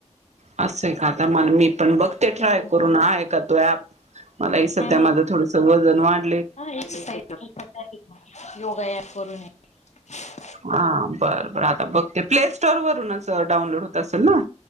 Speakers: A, on the right; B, on the left.
A: असंए का? आता मला मी- पण बघते ट्राय
B: हो
A: करून आहे का तो ऍप? मला ही सध्या
B: हा
A: माझं थोडस वजन वाढ-
B: हा. एक्सरसाईजचे पण प्रकार आहेत ना, योगा ॲप वरून हे. <inaudible>
A: हा बरं बरं आता बघते, प्ले स्टोर वरूनच डाऊनलोड होत असेल ना?